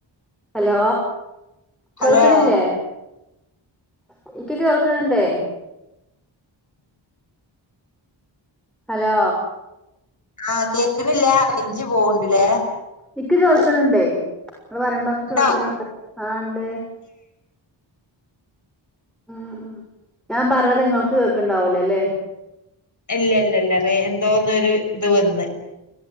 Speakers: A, in the centre; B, on the left (about 40°).
A: ഹലോ കേൾക്കണില്ലേ
B: ഹലോ
A: എക്കൊക്കെ കേൾക്കണുണ്ടേ ഹലോ
B: ആഹ കേക്കണില്ലേ അറേഞ്ച് പോവണ്ട്ല്ലേ
A: എക്ക് കേൾക്കണണ്ടേ നമ്മള് വരണ്ടൊക്കെ
B: ഇണ്ടോ
A: കേൾക്കണണ്ട് ആണ്ട് ഉം ഉ ഞാൻ പറഞ്ഞത് നിങ്ങൾക്ക് കേക്കണ്ടാവൂലല്ലേ
B: ഇല്ല ഇല്ലല്ലറേ എന്തോന്നൊരു ഇത് വന്ന്